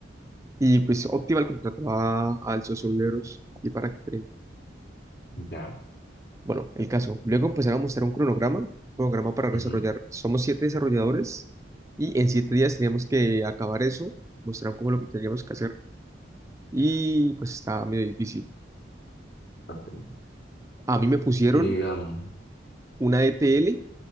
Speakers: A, on the right; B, on the left.
A: Y pues Optimal contrató a, al socio Viveros y para que tre-
B: ya.
A: Bueno, el caso. Luego empezaron a mostrar un cronograma, cronograma para desarrollar.
B: ujú,
A: Somos siete desarrolladores y en siete días teníamos que acabar eso. Mostraron como lo que teníamos que hacer y pues estaba medio difícil.
B: ok.
A: A mí me pusieron
B: Y, um,
A: una ETL